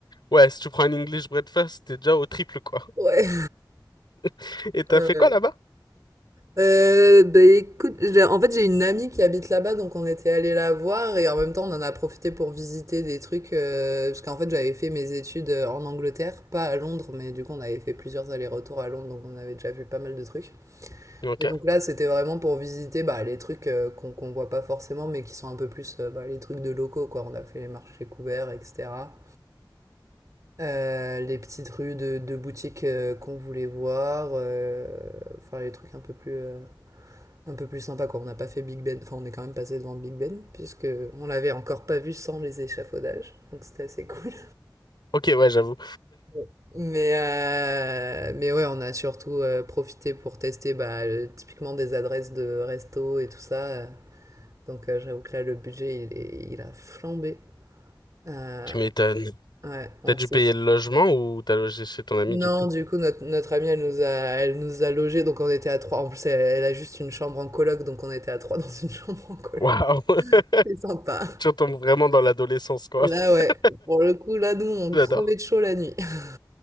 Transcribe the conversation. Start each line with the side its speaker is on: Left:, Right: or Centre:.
Left: Ouais, si tu prends un English breakfast, t'es déjà au triple, quoi.
Right: Ouais.
Left: <laughs> Et t'as
Right: Ouais, ouais,
Left: fait
Right: ouais.
Left: quoi là-bas?
Right: Euh, bah écoute, j'ai- en fait j'ai une amie qui habite là-bas, donc on était allé la voir et en même temps on en a profité pour visiter des trucs, euh, parce qu'en fait j'avais fait mes études euh, en Angleterre, pas à Londres, mais du coup on avait fait plusieurs allers-retours à Londres, donc on avait déjà vu pas mal de trucs.
Left: Ok.
Right: Et donc là c'était vraiment pour visiter bah, les trucs euh, qu'on qu'on voit pas forcément, mais qui sont un peu plus euh, bah, les trucs de locaux, quoi. On a fait les marchés couverts, etc. Euh, les petites rues de, de boutiques euh, qu'on voulait voir, euh, enfin les trucs un peu plus... euh, un peu plus sympa quoi. On n'a pas fait Big Ben, enfin on est quand même passé devant Big Ben puisque on l'avait encore pas vu sans les échafaudages, donc c'était assez cool.
Left: Ok, ouais, j'avoue.
Right: Ouais. Mais euh, mais ouais, on a surtout euh, profité pour tester bah, le- typiquement des adresses de resto et tout ça. euh. Donc euh, j'avoue que là le budget il est- il a flambé. Euh,
Left: Tu m'étonnes.
Right: ouais, on
Left: T'as dû
Right: sait
Left: payer le logement ou t'as logé chez ton ami,
Right: non,
Left: du coup?
Right: du coup, notre, notre amie, elle nous a, elle nous a logés, donc on était à trois. En plus, elle, elle a juste une chambre en coloc, donc on était à trois dans une <laughs> chambre en coloc.
Left: Waouh! <laughs>
Right: C'est sympa.
Left: Tu retombes vraiment dans l'adolescence, quoi.
Right: Là,
Left: <laughs>
Right: ouais, pour le coup, là, nous, on
Left: J'adore.
Right: crevait de chaud la nuit. <laughs>